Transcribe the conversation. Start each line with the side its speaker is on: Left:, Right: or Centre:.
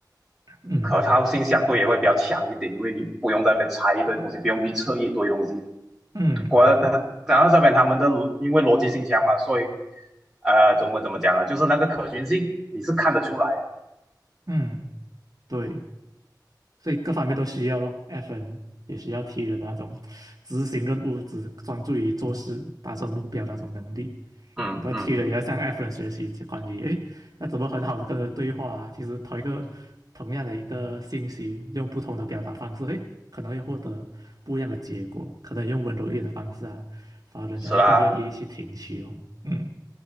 Right: 嗯
Centre: 可靠性相对也会比较强一点，因为你不用再被拆一堆东西，不用去测一堆东西。
Right: 嗯
Centre: 果然，他讲到这边，他们的逻因为逻辑性强嘛，所以呃，中文怎么讲啊？就是那个可循性，你是看得出来的
Right: 嗯，对。所以各方面都需要咯，FN，也需要 T 人的那种执行任务、只专注于做事、达成目标的那种能力。
Centre: 嗯嗯嗯，
Right: 然后 T 人也要向 F 人学习，就关于诶，要怎么很好的跟人对话啊？其实同一个同样的一个信息，用不同的表达方式，诶，可能会获得不一样的结果。可能用温柔一点的方式啊，反而人家会更愿意去听取哦。
Centre: 是啦。
Right: 嗯